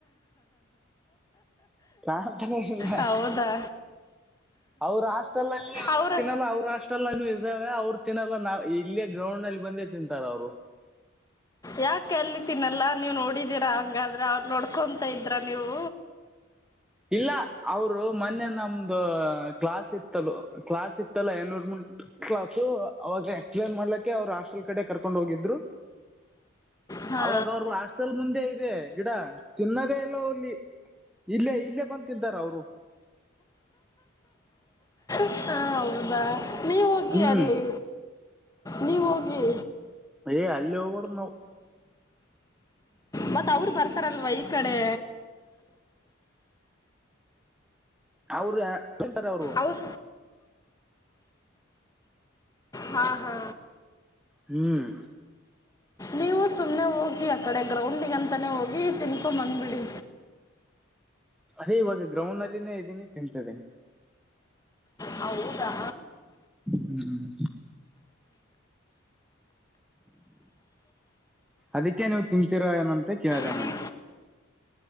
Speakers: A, in the centre; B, on the left.
A: ಕಾಣ್ತಾನೆ ಇಲ್ಲ
B: ಹೌದಾ
A: ಅವ್ರ ಹಾಸ್ಟೆಲ್ ಅಲ್ಲಿ ಅವರು
B: ಅವ್ರ
A: ತಿನ್ನಲ್ಲ ಅವ್ರ ಹಾಸ್ಟೆಲ್ ನಾನು ಇದ್ದೇವ ಅವ್ರರು ತಿನ್ನಲ್ಲ ನಾವವು ಇಲ್ಲೇ ಗ್ರೌಂಡ್ ಅಲ್ಲಿ ಬಂದೇ ತಿಂತಾರ ಅವರು
B: ಯಾಕೆ ಅಲ್ ತಿನಲ್ಲಾ ನೀವು್ ನೋಡಿದೀರಾ ಹಂಗಾದ್ರೆ ಅವ್ರು ನೋಡ್ಕೊಂತ ಇದ್ರ ನೀವು
A: ಇಲ್ಲ ಅವರು ಮೊನ್ನೆ ನಮ್ದ ಕ್ಲಾಸ್ ಇತ್ತಲು ಕ್ಲಾಸ್ ಇತ್ತಲ್ಲ ಏನೂರ್ಮಂಟ್ ಕ್ಲಾಸು ಅವಾಗ ಎಕ್ಸ್ನ್ ಮಾಡ್ಲಕ್ಕೆ ಅವ್ರು ಹಾಸ್ಟೆಲ್ ಕಡೆ ಕರ್ಕೊಂಡ್ ಹೋಗಿದ್ರು
B: ಹಾ
A: ಅವಾಗ ಅವರು ಹಾಸ್ಟೆಲ್ ಮುಂದೆ ಇದೆ ಗಿಡ ತಿನ್ನದೇ ಇಲ್ಲ ಅವಲ್ಲಿ ಇಲ್ಲ ಇಲ್ಲೇ ಬಂದ ತಂತಾರ ಅವರು
B: ಹಾ ಹೌದಾ ನೀವ ಹೋಗಿ
A: ಹ್ಮ್
B: ಅಲ್ಲಿ ನೀವ ಹೋಗಿ
A: ಅಯೇ ಅಲ್ಲ ಡ ನ
B: ಮತ್ತತ್ ಅವರು ಬರ್ತಾರಲ್ವ ಈ ಕಡೆ
A: ಅವರು ಎಂತಾರೆ ಅವರು
B: ಅವ್ರ ಹಾ ಹಾ
A: ಹ್ಮ್
B: ನೀವು ಸುಮ್ನೆ ಹೋಗಿ ಆ ಕಡೆ ಗ್ರೌಂಡಗ ಅಂತಾನೇ ಹೋಗಿ ತಿನ್ಕೊ ಬಂದ್ಬಿಡಿ
A: ಅದೇ ಇವಾಗ ಗ್ರೌಂಡ್ ಅಲ್ಲಿನೇ ಇದ್ದೀನಿ ತಿಂತಿದ್ದೀನಿ
B: ಹೌದಾ
A: ಹ್ಮ್ ಅದಕ್ಕೆ ನೀವು ತಿಂತೀರೋ ಏನಂತ ಕೇಳ್ದೇ
B: ಇಲ್ಲಿ
A: ನನ್